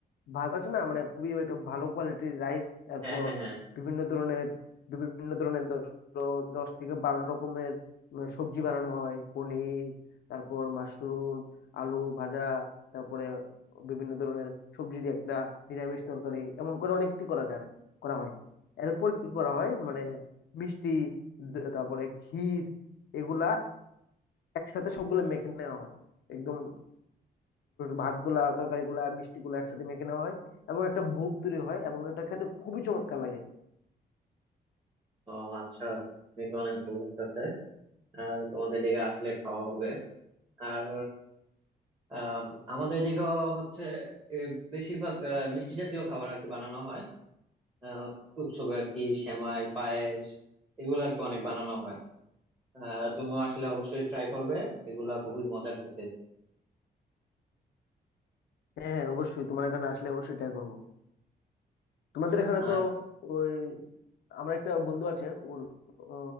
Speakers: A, on the left; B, on the right.
A: ভাত আছে না মানে খুবই একটা ভালো কোয়ালিটির রাইস তারপর
B: হ্যাঁ হ্যাঁ হ্যাঁ
A: বিভিন্ন ধরনের বিভিন্ন ধরনের ধরো দশ থেকে বারো রকমের উম সবজি বানানো হয় পনির তারপর মাশরুম আলু ভাজা তারপরে বিভিন্ন ধরনের সবজি দিয়ে একটা নিরামিষ তরকারি এমন করে অনেকটি করা যায় করা হয় এরপর কি করা হয় মানে মিষ্টি দ- তারপরে ক্ষীর এগুলা একসাথে সবগুলো মেখে নেওয়া হয় একদম ভাত গুলা তরকারি গুলা মিষ্টি গুলা একসাথে মেখে নেওয়া হয় এবং একটা ভোগ তৈরি হয় এবং এটা খেতে খুবই চমৎকার লাগে
B: ও আচ্ছা তুমি তো অনেক ভালো লাগতেছে আর তোমাদের এদিকে আসলে খাওয়া হবে আর আম, আমাদের এদিকেও হচ্ছে এ, বেশিরভাগ আহ, মিষ্টি জাতীয় খাবার আর কি বানানো হয় আহ, উৎসবে আর কি সেমাই পায়েস এগুলো আর কি অনেক বানানো হয় আহ, তুমিও আসলে অবশ্যই ট্রাই করবে এগুলা খুবই মজার খেতে
A: হ্যাঁ হ্যাঁ অবশ্যই তোমার এখানে আসলে অবশ্যই ট্রাই করবো তোমাদের এখানে
B: আর
A: তো ওই আমার একটা বন্ধু আছে ওর ও